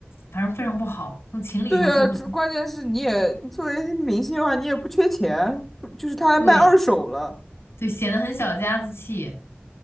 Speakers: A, on the left (about 85°); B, in the centre.
A: 反正非常不好，从情理上说不通。
B: 对呀，这关键是你也作为明星的话，你也不缺钱，就是他还卖二手了。
A: 对对，显得很小家子气，